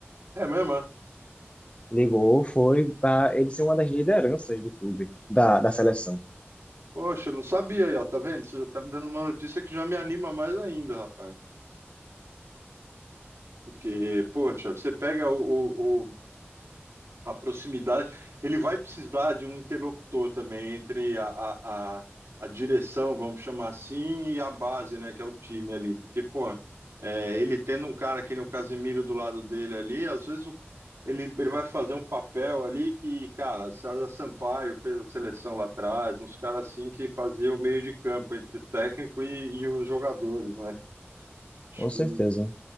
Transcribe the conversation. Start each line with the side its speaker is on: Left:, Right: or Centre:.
Right: É mesmo, é?
Left: Ligou, foi para ele ser uma das lideranças do clube, da, da seleção.
Right: Poxa, eu não sabia aí, ó, tá vendo? Você já tá me dando uma notícia que já me anima mais ainda, rapaz. Porque, poxa, você pega o, o- o- a proximidade, ele vai precisar de um interlocutor também entre a, a, a, a direção, vamos chamar assim, e a base, né, que é o time ali. Porque, pô, é, ele tendo um cara que nem o Casemiro do lado dele ali, às vezes o- ele, ele vai fazer um papel ali que, cara, César Sampaio fez a seleção lá atrás, uns caras assim que faziam o meio de campo entre o técnico e, e os jogadores, né? Acho
Left: Com
Right: que,
Left: certeza.